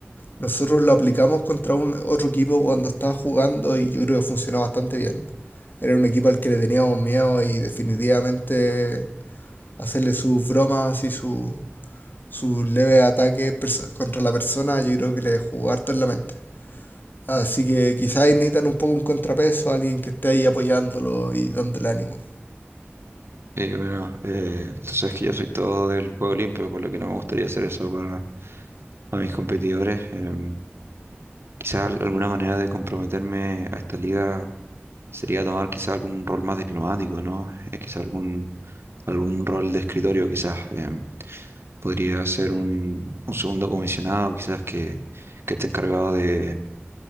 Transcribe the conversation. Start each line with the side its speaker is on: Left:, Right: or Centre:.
Left: Nosotros lo aplicamos contra un otro equipo cuando estaba jugando y yo creo que funcionó bastante bien. Era un equipo al que le teníamos miedo y definitivamente hacerle sus bromas y su, sus su leves ataques contra la persona yo creo que le jugó harto en la mente. Así que quizás necesitan un poco un contrapeso, alguien que esté ahí apoyándolo y dándole ánimo.
Right: Y bueno, eh, tú sabes que yo soy todo del juego limpio, por lo que no me gustaría hacer eso para a mis competidores. eh, Quizá al- alguna manera de comprometerme a esta liga sería tomar quizá algún rol más diplomático, ¿no? Eh, quizá algún, algún rol de escritorio, quizás. em, podría ser un, un segundo comisionado, quizás que, que esté encargado de,